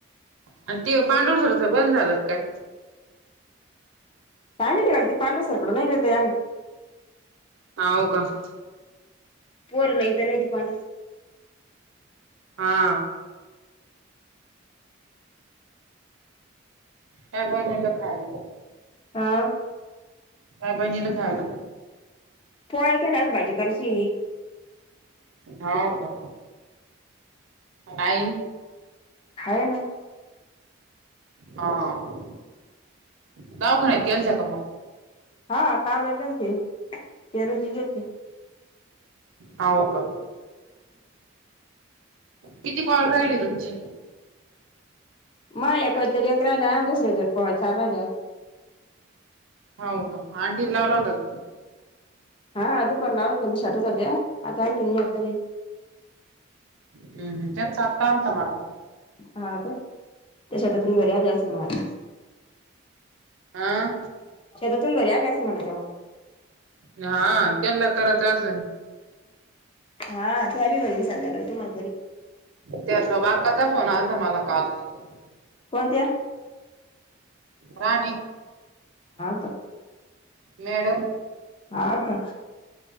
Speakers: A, on the right; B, on the left.
A: आणि ते पांडुर सरच बंद झालं काय?
B: काय माहित ते पांडूरा सारकडं नाही येत आही
A: अव का <inaudible> <unintelligible>
B: पर लय त्यां नाही इ ते पाड स <inaudible> <unintelligible>
A: हा. त्यागवान ल खायला.
B: हा <unintelligible>
A: काय बनवेल खायला.
B: पोळ केल्यास भाजी कची?
A: हा का नाहीई.
B: खाय ना.
A: हा काव दवाखान्यात गेलते का मग
B: हा काल गेलती तेरजी गेलती.
A: हा हो का? किती कॉल राहिली तुमची?
B: मग एकतरी एक राहिल्या आणि दुसर्या तरी चार राहिल्या.
A: हो का आंटी लावला होता.
B: हा अध पला त छतचाध्या आता किन अर्ध र <inaudible> <unintelligible>
A: हम् हम त्यानचा आलता मला
B: हा ग त्या शतातून घरी आल्या असल मग
A: हं.
B: शत तुंगरी आले असं म्हटलं त्या मग <inaudible> <unintelligible>
A: हा त्यांना करा तसं.
B: हा ते आ मण मी साध्या कर तू माग घरी <inaudible> <unintelligible>
A: ते स् बाग कता फोन आला त म्हाला काल <unintelligible>
B: कोणत्या?
A: राणी
B: ह का <inaudible>
A: मॅडम
B: हा का?